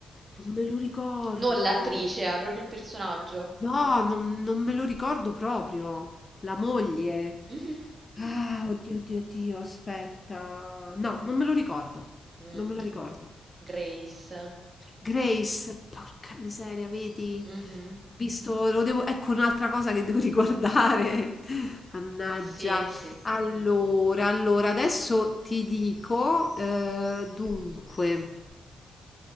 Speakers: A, on the left; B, on the right.
A: non me lo ricordo.
B: Non l'attrice, è proprio il personaggio.
A: No, non, non me lo ricordo proprio. La moglie.
B: Mhm.
A: Ah, oddio, oddio, oddio, aspetta. No, non me lo ricordo.
B: Mm,
A: Non me lo ricordo.
B: Grace.
A: Grace, porca miseria, vedi?
B: Mhm.
A: Ho visto, lo devo, ecco un'altra cosa che devo riguardare. <laughs> Mannaggia.
B: Sì, sì, sì.
A: Allora, allora, adesso ti dico, eh, dunque.